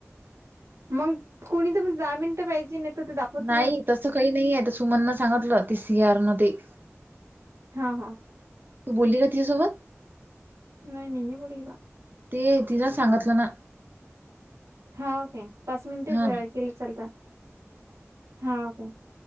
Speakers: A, on the right (about 70°); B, on the right (about 40°).
A: मग कोुणी तरण दहा मिनटं पाहिजे नाही. तर ते दाखवत
B: नाही तसं काही नाही आहेता सुमन सांगितलं ते सियारन ते
A: हा हा.
B: तू बोलली का तिच्यासोबत?
A: नाही मी नाही बोलली बा.
B: ते तिलां सांगितलं ना.
A: हा ओके! पाच मिनिटेच
B: हा
A: केले चालता. हा ओके!